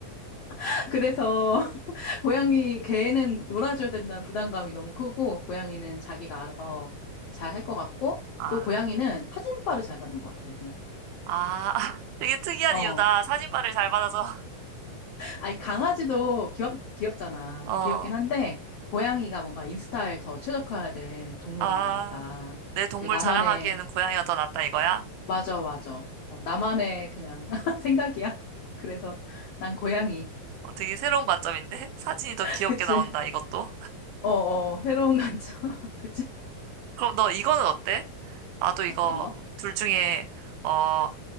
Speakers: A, on the left (about 80°); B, on the right (about 85°).
A: <laughs> 그래서 <laughs> 고양이, 걔는 놀아줘야 된다는 부담감이 너무 크고, 고양이는 자기가 알아서 잘 할 것 같고,
B: 아,
A: 또 고양이는 사진빨을 잘 받는 것 같아, 내 생각에.
B: 아, <laughs> 되게 특이한
A: 어,
B: 이유다. 사진발을 잘 받아서.
A: 아니, 강아지도 귀엽, 귀엽잖아.
B: <laughs> 어,
A: 귀엽긴 한데, 고양이가 뭔가 인스타에 더 최적화된 동물인
B: 아,
A: 것 같다.
B: 내 동물
A: 그 나만의,
B: 자랑하기에는 고양이가 더 낫다 이거야?
A: 맞아, 맞아. 어, 나만의 그냥 <laughs> 생각이야. 그래서 난 고양이.
B: 어, 되게 새로운 관점인데? <laughs> 사진이
A: <laughs>
B: 더 귀엽게
A: 그치?
B: 나온다, 이것도.
A: 어, 어, 새로운 관점. <laughs> 그치?
B: 그럼 너 이거는 어때? 나도 이거
A: 어떤 거?
B: 둘 중에, 어,